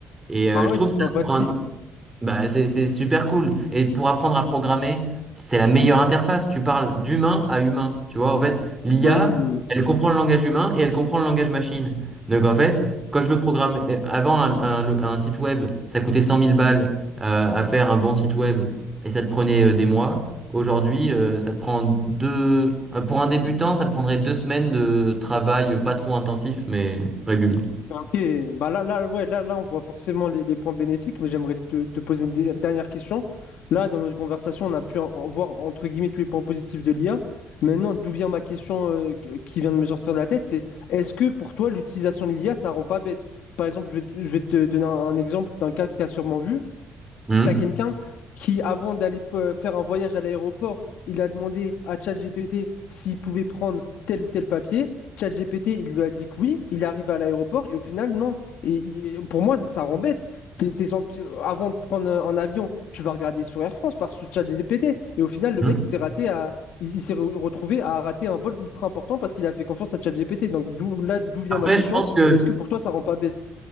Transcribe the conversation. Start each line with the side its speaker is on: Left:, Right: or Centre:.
Right: Et euh,
Left: Ah
Right: je
Left: ouais,
Right: trouve
Left: c'est
Right: que
Left: sympathique.
Right: ça ouvre un bah, c'est, c'est super cool. Et pour apprendre à programmer, c'est la meilleure interface. Tu parles d'humain à humain. Tu vois, en fait, l'IA,
Left: Hmm.
Right: elle comprend le langage humain et elle comprend le langage machine. Donc, en fait, quand je veux programmer, euh, avant un, un- un site web, ça coûtait cent mille balles euh, à faire un bon site web et ça te prenait euh, des mois. Aujourd'hui, euh, ça te prend deux. euh, Pour un débutant, ça te prendrait deux semaines de travail euh, pas trop intensif, mais régulier.
Left: Ok, bah là, là, ouais, là, là, on voit forcément les, les points bénéfiques, mais j'aimerais te, te poser une dé- dernière question. Là, dans notre conversation, on a pu en- en voir entre guillemets tous les points positifs de l'IA. Maintenant, d'où vient ma question euh, qui qui vient de me sortir de la tête, c'est est-ce que pour toi, l'utilisation de l'IA, ça rend pas bête? Par exemple, je vais, te je vais te donner un, un exemple d'un cas que tu as sûrement vu.
Right: Hum.
Left: T'as quelqu'un qui, avant d'aller pre- faire un voyage à l'aéroport, il a demandé à ChatGPT s'il pouvait prendre tel ou tel papier. ChatGPT, il lui a dit que oui. Il arrive à l'aéroport et au final, non. Et il- pour moi, ça rend bête. T'es- t'es sans- tu- avant de prendre un avion, tu vas regarder sur Air France par sur ChatGPT. Et au final, le
Right: Hum.
Left: mec, il s'est raté à, il, il s'est re- retrouvé à rater un vol ultra important parce qu'il a fait confiance à ChatGPT. Donc d'où, là, d'où vient
Right: Après,
Left: ma question.
Right: je pense que
Left: Est-ce que pour toi, ça rend pas bête?